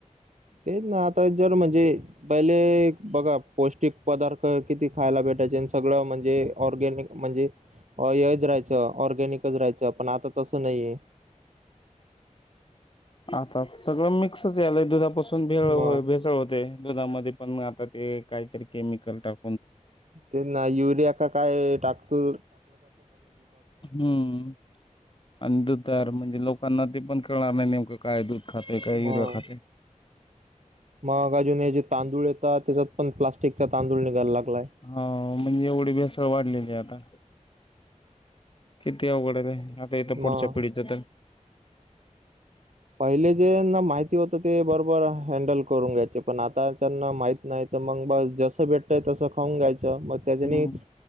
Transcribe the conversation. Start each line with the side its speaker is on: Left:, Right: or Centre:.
Right: तेच ना आता जर म्हणजे पहिले बघा पौष्टिक पदार्थ किती खायला भेटायचे आणि सगळं म्हणजे ऑर्गॅनिक म्हणजे ऑयच राहायचं ऑर्गॅनिकच राहायचं पण आता तसं नाहीय आहे <inaudible>
Left: आता सगळं मिक्सच यायल दुधापासून भेळ
Right: मग
Left: भेसळ होते. दुधामध्ये पण आता ते काहीतरी केमिकल टाक
Right: ते ना युरिया का काय टाकतो.
Left: हम्म अं दूधवर तरर म्ह ते लोकांना ते पण कळणार नाही, नेमकं काय दूध खाते काय
Right: मग
Left: युरिया खाते
Right: मग अजून हे जे तांदूळ येतात त्याच्यात पण प्लास्टिक चा तांदूळ निघायला. लागलाय
Left: हा म्हणजे एवढी भेसळ वाढलेली आता किती अवघड आहे रे आता येत पुढच्या
Right: मग
Left: पिढीचं तर
Right: पहिले जे ना माहिती होतं ते बरोबर हाय हँडल करून घ्यायचे पण आता त्यांना माहित नाही तर मग ब जसं भेटतय तसं खाऊन घ्यायचं मग त्याज्यांनी
Left: हम्म.